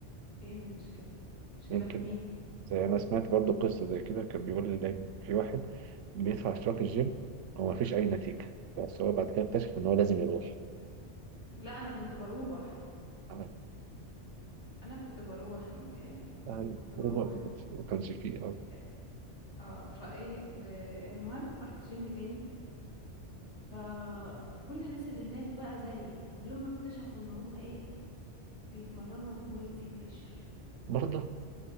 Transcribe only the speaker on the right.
يمكن
زي ما سمعت برضو قصة زي كده كان بيقول لي دايما في واحد بيدفع اشتراك الجيم هو مفيش أي نتيجة بس هو بعد كده اكتشف إن هو لازم يروح
تمام
أي
هو ما كانش ما كانش فيه أه
برضه